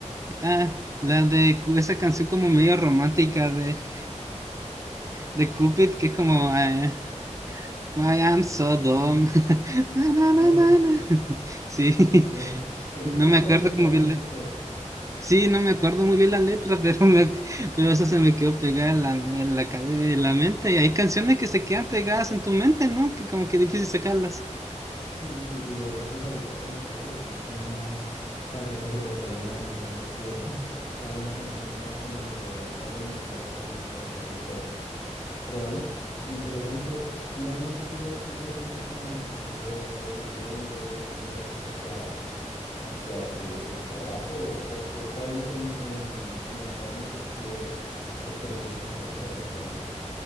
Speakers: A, on the right (about 25°); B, on the left (about 45°).
A: ah, la de Cu- esa canción como medio romántica de, de Cupid, que es como, eh, Why I'm so dumb.
B: ok.
A: <laughs> Na, na, na,
B: Oh,
A: na, na. <laughs> Sí,
B: ok. Creo,
A: no
B: creo
A: me
B: que
A: acuerdo
B: la he escuchado
A: como bien
B: en TikTok.
A: la... Sí, no me acuerdo muy bien la letra, <laughs> pero, me... acu- pero eso se me quedó pegada en la, en la, cabe- en la mente. Y hay canciones que se quedan pegadas en tu mente, ¿no? Que como que difícil sacarlas.
B: Sí, sí, sí, y de hecho pues ahorita con TikTok es mucho más fácil que se te pegue una canción porque <laughs> sale una canción nueva que medio está buena y ya la ponen en cualquier TikTok. Pero vale, interesante. Generalmente tú escuchas música estando eh, leyendo, yendo digamos hacia, hacia eh, el trabajo o, o o cuál es el em, como el estado en el que tú debes o prefieres estar para escuchar música.